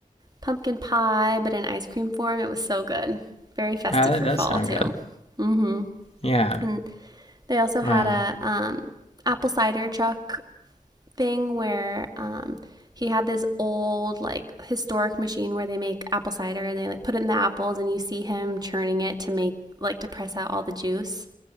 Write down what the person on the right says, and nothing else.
pumpkin pie, but in ice cream form. It was so good. Very festive
for
fall
too.
hmm
And they also
had a um, apple cider truck thing where um, he had this old like historic machine where they make apple cider and they like put it in the apples and you see him churning it to make like to press out all the juice.